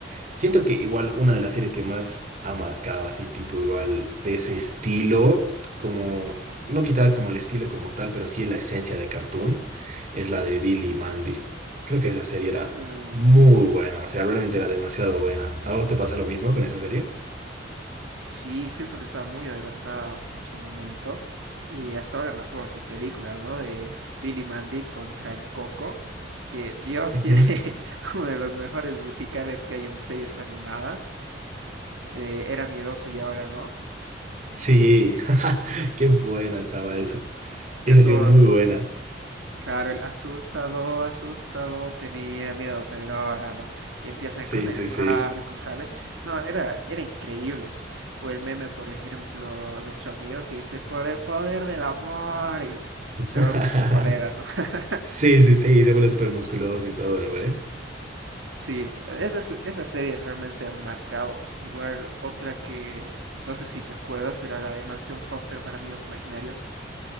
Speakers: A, on the right; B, on the right.
A: Siento que igual una de las series que más ha marcado así, tipo igual de ese estilo, como, no quitar como el estilo como tal, pero sí la esencia de Cartoon, es la de Billy y Mandy. Creo que esa serie era
B: Uy,
A: muy
B: sí.
A: buena, o sea, realmente era demasiado buena. ¿A vos te pasa lo mismo con esa serie?
B: Sí, siento que estaba muy adelantada a su momento. Y hasta ahora me acuerdo de su película, ¿no? De Billy Mandy contra el Coco. Que Dios
A: Ujú.
B: tiene <laughs> uno de los mejores musicales que hay en series animadas. Eh, era miedoso y ahora no.
A: Sí, <laughs>
B: Sí.
A: qué buena estaba eso. Esa
B: Que todo
A: ha sido muy buena.
B: Claro, el asustado, asustado, tenía miedo, pero ahora no. Y empiezan
A: Sí,
B: con
A: sí,
B: el barco
A: sí.
B: y sale. No, era, era increíble. O el meme, por ejemplo, de su amigo que dice, por el poder del amor, y
A: <laughs>
B: se rompe su polera, ¿no? <laughs>
A: Sí, sí, sí, se vuelve súper musculoso y todo, ¿no, güey?
B: Sí, esas, esas series realmente han marcado. Igual otra que, no sé si te acuerdas, era la de Mansión Foster para amigos imaginarios.